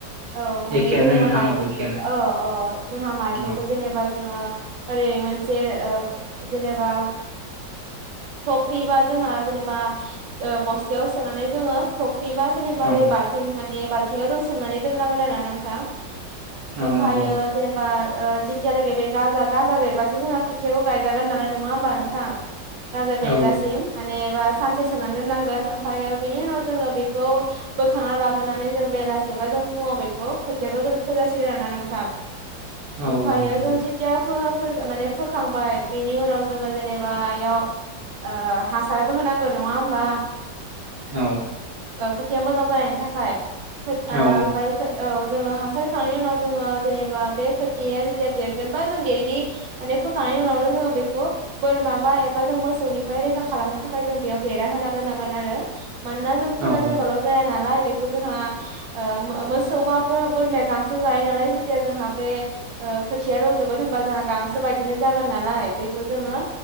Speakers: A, on the right; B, on the right.
A: औ माने
B: एखेयानो
A: जोंनिया
B: नोंथां
A: माइलि
B: औ एखेयानो
A: अ अ जोंहा माइलिखौ
B: औ
A: जेनेबा जोङो ओरै मोनसे ओ जेनेबा फख्रिबा जोंहा जेनेबा ओ बस्तायाव सोनानै जोङो ख्रिबा जेनेबा
B: औ
A: ओरै बाल्थिं माने बाल्थिंङाव जों सोमनानै दोननांगोन आरो ना नोंथां
B: औ
A: ओमफायो
B: नंगौ
A: जेनेबा ओ जितियालागै बे गाजा- गाजा बेरबासो जोंङो खोथियाखौ गायजागोन नालाय नङा होमबा नोंथां गाजा बेर
B: औ
A: जासिम मानेबा सानसे सोमनानै दोननांगोन ओमफायो बेनि उनाव जोङो बेखौ बोखांना लाबोनानै जों बेलासेबा जो फु-फुङाव बेखौ खोथियाखौ जों फोजासिगोन आरोना नोंथां।
B: औ
A: ओमफायो
B: औ नंगौ
A: जों जितिया फोआ फोज माने फोखांबाय बिनि उनाव जोङो जेनेबायाव ओ हासारबो होनांगो नङा होमबा
B: औ
A: ओ खोथिया मोजां जानायनि थाखाय खोद
B: औ
A: ओ ओफाय खो औ जोङो हासार खांनायनि उनाव जोङो जेनेबा बे खोथिया जेतिया देरगोनबा जों देरनि माने फोखांनायनि उनावनो जोङो बेखौ बोरमा बा एबा जों मोसौनिफ्राय रैखा खालामनो थाखाय जों बेयाव बेरा हो होना दोनांगोन आरो मानोना जों फोना
B: औ नंगौ
A: दोनबाल'
B: औ नंगौ औ
A: जाया नालाय बेखौ जोंआ ओ मो-मोसौ बो-बोरमा गांसो जायो नालाय जितिया जोंहा बे ओ खोथिया रजबोद होनबा जोंङा गां सो बायदिनो जागोन नालाय बेखौ जोङो